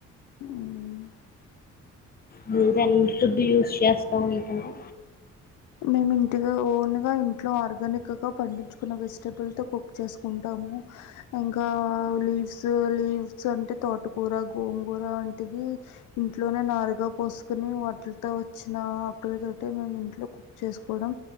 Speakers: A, on the left; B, on the left.
A: ఉమ్
B: మీర్ అంత్ డీల్స్ చేస్తా ఉంటారా?
A: మేము ఇంటిగా ఓన్గా ఇంట్లో ఆర్గానిక్గా పండించుకున్న వెజిటబుల్తో కుక్ చేసుకుంటాము, ఇంకా లీవ్స్ లీవ్స్ అంటే తోటకూర గోంగూర వంటివి ఇంట్లోనే నారుగా పోసుకుని వాటిలతో వచ్చిన ఆకులతో మేం ఇంట్లోక్ కుక్ చేసుకోవడం